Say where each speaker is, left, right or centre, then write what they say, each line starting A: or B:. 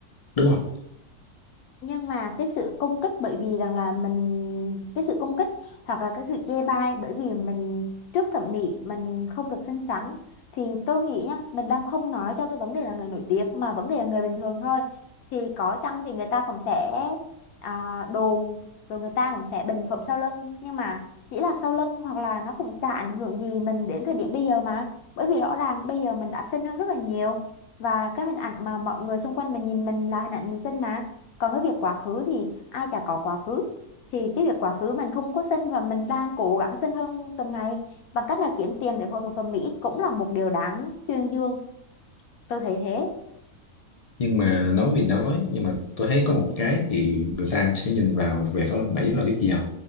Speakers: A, on the left; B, on the left.
A: đúng không
B: nhưng mà cái sự công kích bởi vì rằng là mình cái sự công kích hoặc là cái sự chê bai bởi vì mình trước thẩm mỹ mình không được xinh xắn thì tôi nghĩ nhá mình đang không nói cho cái vấn đề là người nổi tiếng mà vấn đề là người bình thường thôi thì có chăng thì người ta cũng sẽ à, đồn rồi người ta cũng sẽ bình phẩm sau lưng nhưng mà chỉ là sau lưng hoặc là nó cũng chả ảnh hưởng gì mình đến thời điểm bây giờ mà bởi vì rõ ràng bây giờ mình đã xinh hơn rất là nhiều và cái hình ảnh mà mọi người xung quanh mình nhìn mình là hình ảnh mình xinh mà còn cái việc quá khứ thì ai chả có quá khứ thì cái việc quá khứ mình không có xin và mình đang cố gắng xin hơn từng ngày bằng cách là kiếm tiền để phẫu thuật thẩm mỹ cũng là một điều đáng tuyên dương tôi thấy thế
A: nhưng mà nói vì nói nhưng mà tôi thấy có một cái thì người ta sẽ nhìn vào về phía Mỹ là biết gì không